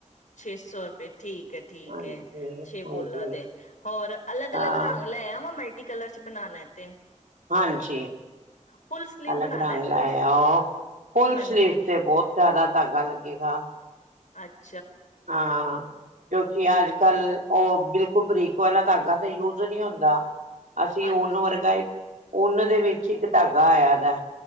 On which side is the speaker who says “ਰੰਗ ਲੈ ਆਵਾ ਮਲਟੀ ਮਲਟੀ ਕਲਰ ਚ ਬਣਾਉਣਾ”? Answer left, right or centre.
Left